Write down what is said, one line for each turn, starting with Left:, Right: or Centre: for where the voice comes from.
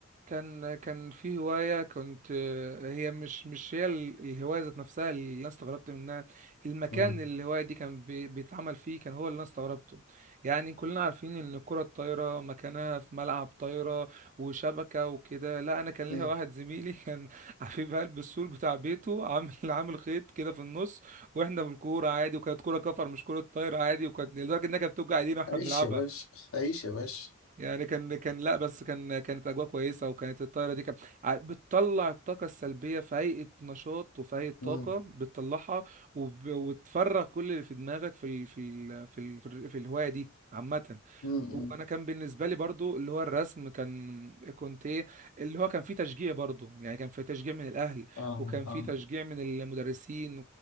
Right: كان كان في هواية كنت آه، هي مش مش هي ال- الهواية ذات نفسها اللي أنا استغربت منها المكان
Left: مم.
Right: اللي الهواية دي كان بي- بيتعمل فيه كان هو اللي أنا استغربته يعني كلنا عارفين إن الكرة الطايرة مكانها في ملعب طايرة وشبكة وكده لا أنا كان
Left: مم.
Right: ليا واحد زميلي <laughs> كان حبيب قلب السور بتاع بيته عامل عامل خيط كده في النص وإحنا بالكورة عادي وكانت كورة كفر مش كرة طايرة عادي وكانت لدرجة إنها كانت بتوجع إيدينا وإحنا
Left: عيش
Right: بنلعبها
Left: يا باشا عيش يا باشا
Right: يعني كان كان لا بس كان كانت اجواء كويسه وكانت الطايره دي كان ع- بتطلع الطاقه السلبيه في هيئه نشاط وفي هيئه طاقه
Left: مم.
Right: بتطلعها وب... وتفرغ كل اللي في دماغك في ال... في ال... في ال... في, ال... في الهوايه دي عامه
Left: مم. مم.
Right: وانا كان بالنسبه لي برضو اللي هو الرسم كان كنت ايه اللي هو كان فيه تشجيع برضو يعني كان فيه تشجيع من الاهل
Left: اه
Right: وكان فيه
Left: اه
Right: تشجيع من المدرسين